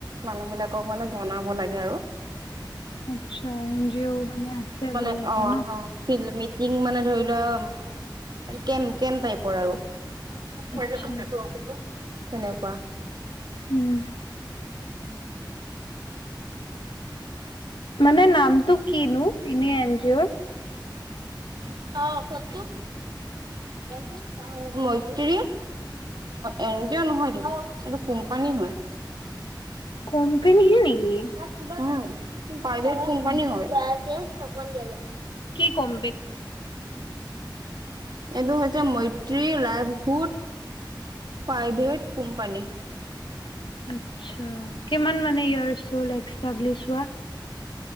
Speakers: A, on the right; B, on the left.
A: মানুহ বিলাকক মানে জনাব লাগে আৰু
B: আচ্ছা, এন জি অ' মানে আছে
A: মানে
B: বুলি এটা
A: অ',
B: ন?
A: অ', ফিল <unintelligible> পিঃ মানে ধৰি লোৱা কেম, কেম টাইপৰ আৰু <unintelligible>
B: আচ্ছা,
A: তেনেকুৱা
B: উম, মানে নামটো কিনো এ এনজি অৰ
A: অ'! কওঁকচোন?
B: <unintelligible>
A: <unintelligible> এইটো এন জি অ নহয় ত' এইটো কোম্পানী হয়।
B: কোম্পেনীহে নেকি?
A: <unintelligible> প্ৰভেট কোম্পানী
B: উম।
A: হয় অকমান দিয় ইয়াত,
B: কি, কম
A: এইটো হৈছে মৈত্ৰী লাইভহুড প্ৰাইভেট কোম্পানী
B: আচ্ছা কিমান মানে য়েৰচ হ'ল এছটাব্লিছ হোৱা